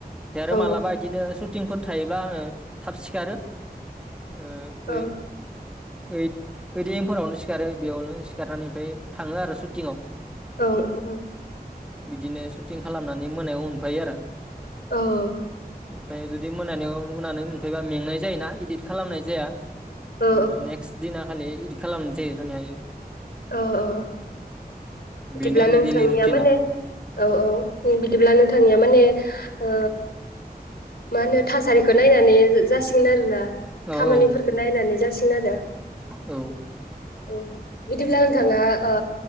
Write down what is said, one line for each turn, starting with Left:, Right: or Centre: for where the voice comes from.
Centre: बे आरो
Left: औ
Centre: मालाबा इदिनो सुटिंफोर थायोब्ला आंङो थाब सिखारो। ओ ओइ
Left: औ
Centre: ओइद ओइद ए म फोरावनो सिखारो बेयावनो सिखारनानै ओमफ्राय थांङो आरो सुटिंङाव।
Left: औ औ औ
Centre: बिदिनो सुटिं खालामनानै मोनायाव मोनफायो आरो।
Left: औ
Centre: ओमफ्राय जुदि मोनायाव मोना मोनफैबा मेंनाय जायोना इदिट खालामनाय जाया
Left: औ
Centre: उम नेक्स्ट दिना खालि इदिट खालामनोसै <unintelligible>
Left: औ औ बिदिब्ला
Centre: बेनो आंनि
Left: नोंथांनिया
Centre: दैलि रुटिना
Left: माने औ औ बिदिब्ला नों नोंथांनिया माने ओ मा होनो थासारिखौ नायनानै जासिगोन आरोना
Centre: औ
Left: खामानिफोरखौ
Centre: औ
Left: नायनानै जासिग गोन आरो
Centre: औ
Left: औ बिदिब्ला नोंथाङा ओ